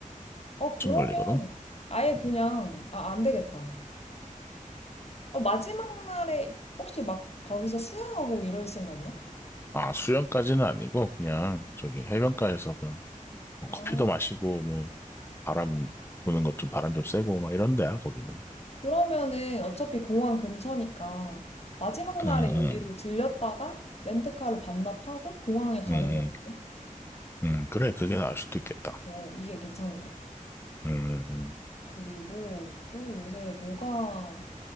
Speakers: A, on the left (about 50°); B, on the left (about 15°).
A: 어, 그러면
B: 걸리거든?
A: 아예 그냥,
B: 음,
A: 아, 안 되겠다. 어, 마지막 날에 혹시 막 거기서 수영하고 이럴 생각이야?
B: 아, 수영까지는 아니고, 그냥 저기 해변가에서 그냥 뭐
A: 아,
B: 커피도 마시고, 뭐, 바람 부는 것 좀, 바람 좀 쐬고, 막 이런 데야, 거기는.
A: 그러면은 어차피 공항 근처니까 마지막
B: 응,
A: 날에
B: 응,
A: 여기를 들렸다가 렌트카를 반납하고 공항에 가는
B: 응,
A: 거
B: 응,
A: 같네.
B: 응. 그래, 그게 나을 수도 있겠다.
A: 어, 이게 괜찮을 것 같아.
B: 음, 음.
A: 그리고 또 요새 뭐가,